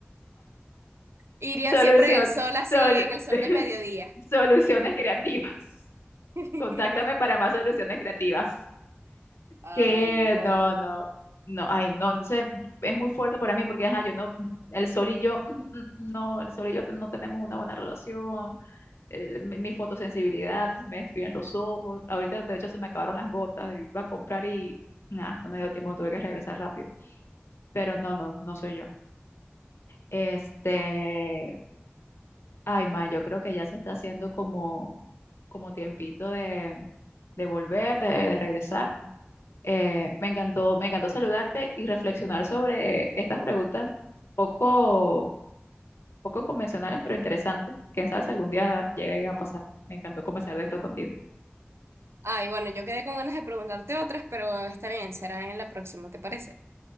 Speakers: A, on the right; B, on the left.
A: Irían
B: Solución,
A: siempre en el sol así,
B: sol-
A: en el sol
B: <laughs>
A: de mediodía.
B: soluciones creativas.
A: <laughs>
B: Contáctame para más soluciones creativas.
A: Ay,
B: que
A: no.
B: no, no, no, ay, no, entonces es muy fuerte para mí porque, ajá, yo no, el sol y yo, mm, mm, no, el sol y yo te- no tenemos una buena relación, el- mi, mi fotosensibilidad, me destruyen los ojos, ahorita de hecho se me acabaron las gotas, iba a comprar y, nada, no me dio tiempo, tuve que regresar rápido, pero no, no, no soy yo. Este, ay, ma, yo creo que ya se está haciendo como, como tiempito de, de volver, de de regresar.
A: Ah.
B: Eh, me encantó, me encantó saludarte y reflexionar sobre estas preguntas poco, poco convencionales, pero interesantes. Quién sabe si algún día llegue a pasar. Me encantó conversar de esto contigo.
A: Ay, bueno, yo quedé con ganas de preguntarte otras, pero está bien, será en la próxima, ¿te parece?